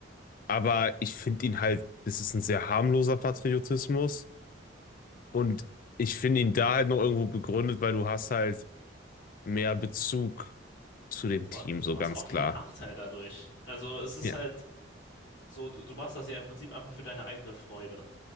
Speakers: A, on the left (about 45°); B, on the left (about 80°).
A: aber ich finde ihn halt, es ist ein sehr harmloser Patriotismus und ich finde ihn da halt noch irgendwo begründet, weil du hast halt mehr Bezug zu dem
B: Du,
A: Team, so
B: du
A: ganz
B: hast auch
A: klar.
B: keinen Nachteil dadurch. Also es ist
A: Ja.
B: halt so, du du machst das ja im Prinzip einfach für deine eigene Freude.